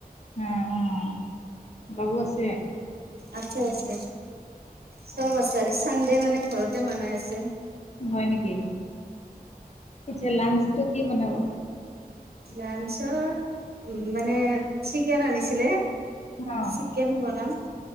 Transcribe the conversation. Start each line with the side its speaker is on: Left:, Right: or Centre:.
Left: অ অঁ বাবু আছে <unintelligible>
Right: আছে আছে
Left: অ
Right: চব আছ আজি চানডে মানে ঘৰতে বনাই আছে
Left: হয় নেকি এতিয়া লাঞ্চটো কি বনাব
Right: লাানঞ্চত উ মানে চিকেন আনিছিলে
Left: অ
Right: চিকেন বনাম <unintelligible>